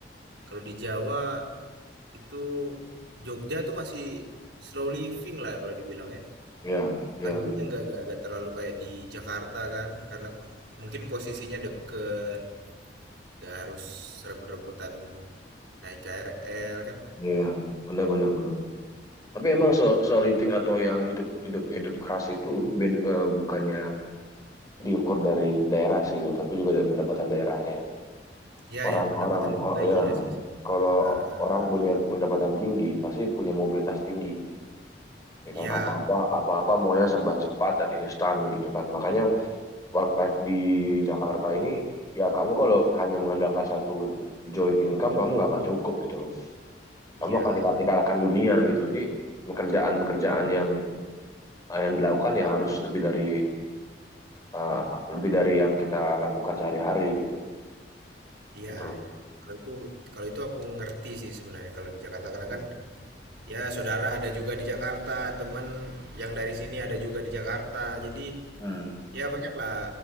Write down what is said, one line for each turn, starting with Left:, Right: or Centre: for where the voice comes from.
Right: kalau di Jawa itu Jogja tuh masih slow living lah kalau dibilang ya.
Left: Ya,
Right: Pekerjaannya
Left: ya benar.
Right: nggak nggak nggak terlalu kayak di Jakarta kan, karena mungkin posisinya deket, nggak harus rebut-rebutan naik KRL kan.
Left: Ya, benar benar benar. Tapi emang slow, slow living atau yang hidup hidup hidup keras itu beda- eh, bukannya diukur dari daerah sih, Wil, tapi juga dari pendapatan daerahnya ya.
Right: Ya
Left: Orang-orang,
Right: ya pendapatannya juga
Left: oh ya,
Right: iya sih sebenarnya.
Left: kalau
Right: Ah,
Left: orang punya pendapatan tinggi, pasti punya mobilitas tinggi, ya kan?
Right: Iya,
Left: Apa-apa, apa-apa maunya serba cepat dan instan gitu kan. Makanya work life di Jakarta ini, ya kamu kalau hanya mengandalkan satu joint income, kamu nggak akan cukup gitu loh. Kamu
Right: iya
Left: akan dikal-
Right: benar.
Left: dikalahkan dunia gitu. Jadi pekerjaan-pekerjaan yang yang dilakukan ya harus lebih dari uh, lebih dari yang kita lakukan sehari-hari gitu loh,
Right: Iya,
Left: gitu loh.
Right: iya. Kalau itu kalau itu aku ngerti sih sebenarnya kalau di Jakarta karena
Left: Hmm.
Right: kan ya saudara ada juga di Jakarta, teman yang dari sini ada juga di Jakarta. Jadi
Left: Hmm.
Right: ya banyaklah